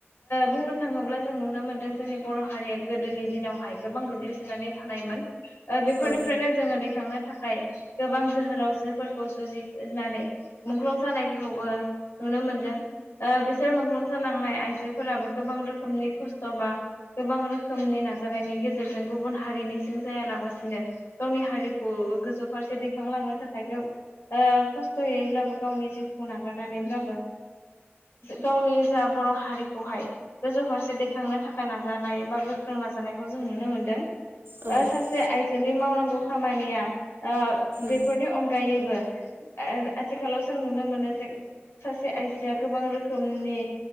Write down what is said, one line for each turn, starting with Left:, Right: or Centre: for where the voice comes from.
Left: बुंनो थाङोब्ला जों नुनो मोनदों जोंनि बर' हारिया गोदोनि दिनावहाय गोबां गोग्लैसोनानै थानायमोन बेफोरनिफ्रायनो
Right: औ
Left: जोङो दैखांनो थाखाय गोबां जोहोलावजोफोरखौ जुजिनानै मुंख्लं जानाय खौबो नुनो मोनदों बिसोर मुंख्लं जालांनाय आइजोफोराबो गोबां रोखोमनि खस्थ' बा गोबां रोखोमनि नाजानायनि गेजेरजों गुबुन हारिनि सिं जायालाबसिनो गावनि हारिखौ गोजौ फारसे लांनो थाखाय खस्थ'यैब्लाबो गावनि जिउखौ नागारनानैब्लाबो गावनि जा बर' हारिखौहाय गोजौ फारसे दैखांनो थाखाय नाजानाय बा गोख्रों नाजानायखौ जों नुनो मोनदों
Right: उम
Left: सासे आइजोनि मावनांगौ खामानिया बेफोरनि
Right: ओ
Left: अनगायैबो आथिखालाव जों नुनो मोनो सासे आइजोआ गोबां रोखोमनि